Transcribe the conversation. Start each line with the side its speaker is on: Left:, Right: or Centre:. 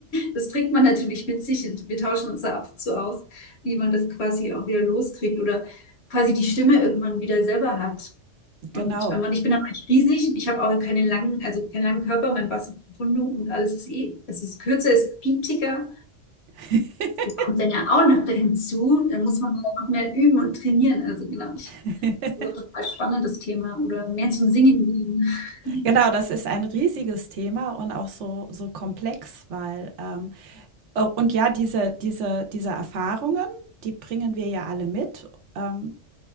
Left: das bringt man natürlich mit sich. Und wir tauschen uns da ab und zu aus, wie man das quasi auch wieder loskriegt oder quasi die Stimme irgendwann wieder selber hat. Und
Right: genau.
Left: wenn man, ich bin dann eigentlich riesig, ich habe auch keine langen, also keinen langen Körper, mein Bass ist profundo und alles ist eh, es ist kürzer, es ist piepsiger.
Right: <laughs>
Left: Das kommt dann ja auch noch hinzu. Dann muss man halt noch mehr üben und trainieren. Also genau, ich,
Right: <laughs>
Left: das ist auch ein total spannendes Thema oder mehr zum Singen. gehen.
Right: Genau,
Left: <laughs>
Right: das ist ein riesiges Thema und auch so so komplex, weil, ähm äh, und ja, diese diese diese Erfahrungen, die bringen wir ja alle mit. Ähm,